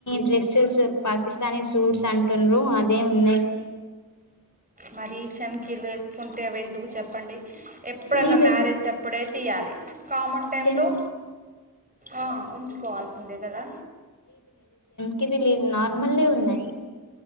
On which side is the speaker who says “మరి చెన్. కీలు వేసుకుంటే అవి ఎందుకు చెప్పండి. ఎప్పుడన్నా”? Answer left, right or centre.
Right